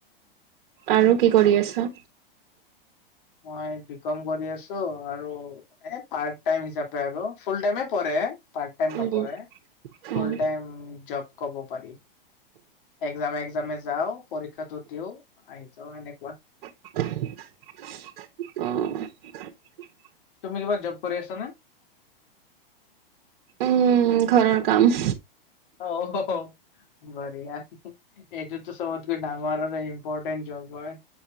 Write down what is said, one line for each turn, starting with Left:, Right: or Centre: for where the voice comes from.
Right: আৰু কি কৰি আছা?
Left: মই বি কম কৰি আছো আৰু এ পাৰ্ট টাইম হিচাপে আৰু। ফুল টাইমে পৰে পাৰ্ট টাইম
Right: উম,
Left: নপঢ়ে ৰে ফুলটাইম
Right: উম,
Left: জব কব পাৰি এক্সামে এক্সামে যাও পৰীক্ষাটো দিওঁ আহি যাওঁ এনেকুৱা
Right: <inaudible>
Left: তুমি কিবা জব কৰি আছা নে?
Right: উম, ঘৰৰ কাম।
Left: অ' বঢ়িয়া এইটো চবতকে ডাঙৰ আৰু ইম্পৰ্টেণ্ট জব হয়।